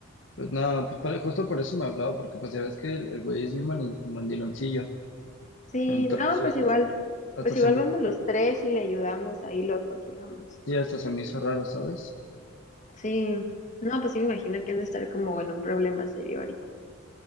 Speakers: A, on the left; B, on the left.
A: pues nada, pues por- justo por eso me hablaba, porque pues ya ves que el, el güey es bien mani- mandiloncillo.
B: Sí,
A: Entonces,
B: no, pues igual,
A: hasta
B: pues
A: se
B: igual
A: me,
B: vamos los tres y le ayudamos, ahí lo aconsejamos.
A: sí, hasta se me hizo raro, ¿sabes?
B: Sí, no, pues sí me imagino que han de estar como en un problema serio ahorita.